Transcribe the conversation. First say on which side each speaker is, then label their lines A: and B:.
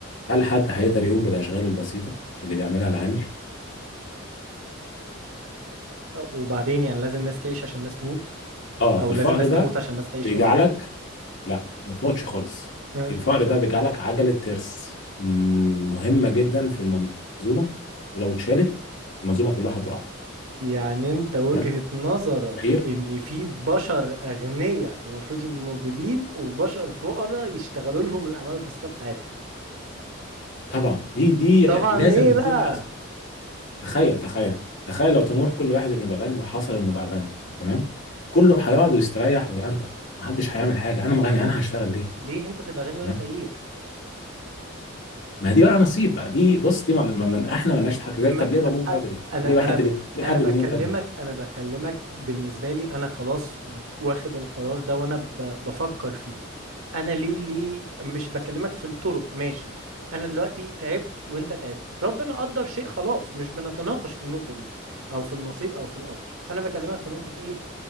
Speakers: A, on the left; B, on the right.
A: هل حد هيقدر يقوم بالاشغال البسيطه اللي بيعملها العامل
B: وبعدين يعني لازم ناس تعيش عشان ناس تموت
A: اه
B: او
A: الفقر
B: لازم ناس
A: ده
B: تموت عشان ناس تعيش
A: بيجعلك
B: قصدي
A: لا ما تموتش خالص
B: ها
A: الفقر ده بيجعلك عجله ترس مم، مهمه جدا في المنظومه ولو اتشالت المنظومه كلها هتقع
B: يعني انت وجهة
A: تمام
B: نظرك
A: الفقير
B: ان في بشر اغنياء المفروض يبقوا موجودين وبشر فقراء يشتغلوا لهم الاعمال البسيطة بتاعتهم
A: طبعا دي دي
B: طبعا
A: لازم
B: ايه
A: يكون
B: لا
A: تخيل تخيل تخيل لو طموح كل واحد انه يبقى غني وحصل انه بقى غني تمام كله هيقعد ويستريح ويأنتخ محدش هيعمل حاجه انا غني انا هشتغل ليه
B: ليه انت تبقى غني
A: تمام
B: وانا فقير
A: ما دي بقى نصيب بقى دي بص دي ما ما- ما- احنا مالناش حاجه زي
B: ما
A: طب ليه بموت
B: أ- أ-
A: بدري
B: انا
A: ليه بقى
B: انا
A: حد
B: ب-
A: بي... ليه
B: انا
A: حد
B: بكلمك
A: بيموت بدري
B: انا بكلمك بالنسبه لي انا خلاص واخد القرار ده وانا ب- بفكر فيه انا ليه ليه مش بكلمك في الطرق ماشي انا دلوقتي تعبت وانت تعبت ربنا قدر شيء خلاص مش بنتناقش في النقطه دي او في النصيب او في القدر انا بكلمك في نقطه ايه